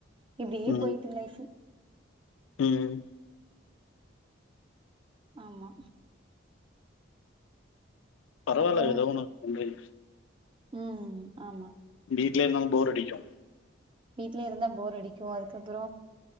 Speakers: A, on the right; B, on the left.
A: இப்டியே
B: ம்
A: போயிட்டு லைஃப்
B: ம்
A: ஆமா
B: பரவால்ல
A: அப்றோ
B: எதோ ஒன்னு பண்றீங்க
A: ம் ஆமா
B: வீட்லேந்தாலு போர் அடிக்கு
A: வீட்லே இருந்தா போர் அடிக்கு அதுக்கப்ற